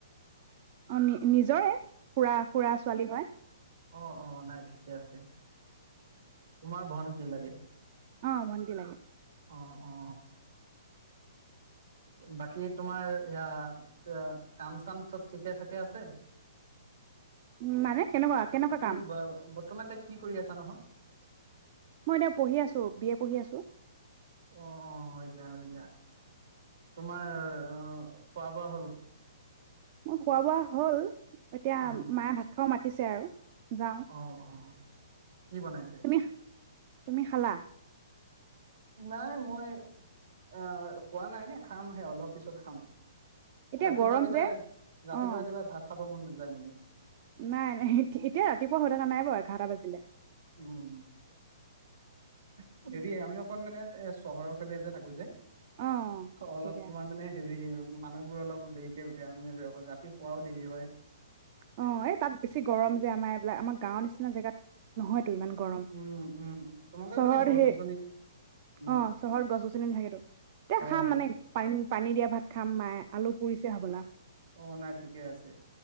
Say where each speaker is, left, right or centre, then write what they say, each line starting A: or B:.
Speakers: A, on the right; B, on the right.
A: অ নি নিজৰে। খুৰা খুৰা ছোৱালী হয়।
B: অ অ নাই ঠিকে আছে তোমাৰ ভন্টি লাগে।
A: অ ভণ্টি লাগে।
B: অ অ। বাকী তোমাৰ ইয়া কাম চাম চব ঠিকে থাকে আছে?
A: উ মানে কেনেকুৱা কেনেকুৱা
B: তুমি
A: কাম?
B: বৰ্তমান এতিয়া কি কৰি আছা নহয়!
A: মই এতিয়া পঢ়ি আছো বি এ পঢ়ি আছো।
B: অ অ হয় দিয়া, হয় দিয়া। তোমাৰ খোৱা বোৱা হ'ল?
A: মোৰ খোৱা বোৱা হ'ল! এতিয়া
B: উম
A: মায়ে ভাত খাব মাতি উঠিছে আৰু। যাওঁ
B: অ অ কি বনাইছে?
A: তুমি তুমি খালা?
B: নাই মই আহ খোৱা নাই খামহে অলপ পিছত খাম।
A: এতিয়া
B: ৰাতিপুৱা
A: গৰম
B: ৰাতিপুৱা
A: যে
B: ৰাতিপুৱা
A: অ
B: ৰাতিপুৱাব ভাত খাব মন যায় মানে
A: নাই নাই এতিয়া ৰাতিপুৱা হৈ থকা নাই বাৰু এঘাৰটা বাজিলে
B: উম <unintelligible> যদি আমি অকণ মানে এ চহৰৰ ফালে যে থাকো যে
A: অ
B: অলপ
A: ঠিকে
B: তোমাৰ মানে হেৰি মানুহবোৰ অলপ দেৰিকে উঠে আমি ৰাতি শোৱাও দেৰি হয়
A: অ এই তাত বেছি গৰম যে আমাৰ এইবিলাক আমাৰ গাঁওৰ নিচিনা জেগাত নহয় ইমান গৰম,
B: উম উম তোমালোকৰ
A: চহৰত
B: এইফালে গছ
A: সেই
B: গছনি উম
A: অ চহৰত গছ গছনি নাথাকেতো এতিয়া
B: হয়
A: খাম
B: হয়
A: মানে পানী পানী দিয়া ভাত খাম মায়ে আলু পুৰিছে হ'বলা
B: অ নাই ঠিকে আছে